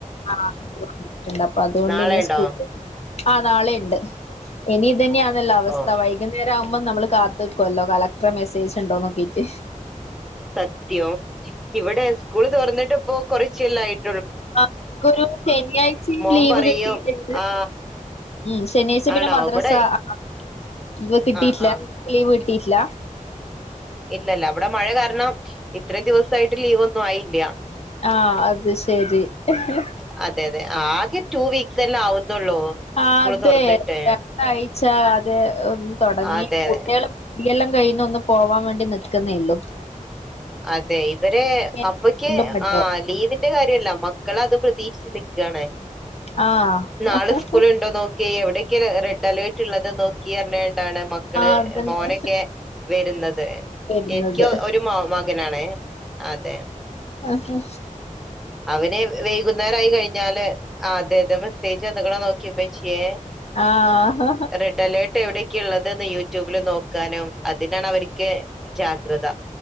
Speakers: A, on the left; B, in the centre.
A: ആഹ് <unintelligible> അപ്പ അത് കൊണ്ട്
B: നാളെ
A: ഇന്ന്
B: ഉണ്ടോ
A: സ്കൂ ആ നാളിം ഇണ്ട് ഇനി ഇതെന്നെയാ നല്ല അവസ്ഥ
B: ഓ
A: വൈകുന്നേരം തെ ആവുമ്പോ നമ്മള് കാത്ത്‌ നിൽക്കുവല്ലോ കളക്ടറെ മെസ്സേജ് ഉണ്ടോ നോക്കീട്ട്
B: സത്യോ ഇവിടെ സ്കൂള് തോറന്നിട്ടിപ്പോ കുറച്ചല്ലായി-
A: ആ നമുക്ക് ഒരു ശനിയാഴ്ച
B: മോൻ
A: ലീവ്
B: പറയും
A: കിട്ടിട്ട് ഇണ്ട്
B: ആ
A: ഉം ശനിയാഴ്ച
B: ആണോ
A: പിന്നെ മദ്രസ
B: ഇവിടെ
A: ആഹ് വ് കിട്ടിട്ട്
B: ആ
A: ഇല്ല
B: ആ
A: ലീവ് കി ട്ടിട്ട് ഇല്ല
B: ഇല്ല ഇല്ല ഇവെടെ മഴ കാരണം ഇത്രയും ദിവ്സായിട്ട് ലീവ് ഒന്നും ആയില്ല്യാ
A: ആഹ് അത് ശരി ആഹ്
B: അതെ അതെ ആകെ ടു വീക്സ് എല്ലാം ആവുന്നുള്ളൂ
A: ആ
B: സ്കൂള്
A: അതെ
B: തുറന്നിട്ട്
A: രണ്ടാ ച്ച അത് ഒന്ന് തുടങ്ങി.
B: അതെ അതെ
A: കുട്ടികൾ ഇനിയെല്ലാം കഴിഞ്ഞ്ഒന്ന് പോവാൻ വേണ്ടി നിൽക്കുന്നേള്ളു.
B: അതെ ഇവരെ
A: വീണ്ടും
B: അപ്പക്ക്
A: മടിയാവും
B: ആ ലീവിന്റെ കാര്യമല്ല മക്കള്അത് പ്രതീക്ഷിച്ച്നിക്കാണ്.
A: ആഹ്
B: നാളെ
A: ആഹ്
B: സ്കൂള് ഉണ്ടോ നോക്കി എവിടക്കയാ റെഡ് അലേർട്ട് റ്റുള്ളത് നോക്കി അ <unintelligible> മക്കള്
A: അതന്നെ
B: മോനൊക്കെ വരുന്നത്.
A: വരുന്നത്
B: എനിക്ക് ഒരു മോ മകനാണെ. അതെ.
A: ആഹ
B: അവനെ വൈകുന്നേരായി കഴിഞ്ഞാല് ആ അതെ അതെ മെസ്സേജ് എന്തെക്കെ നോക്കിയേഉമ്മച്ചിയേ
A: ആഹ്
B: റെഡ് അലേർട്ട് എവിടെ ഉള്ളത്‌ യൂട്യൂബില് നോക്കാനും അതിനാണ് അവർക്ക് ക്യ കൃത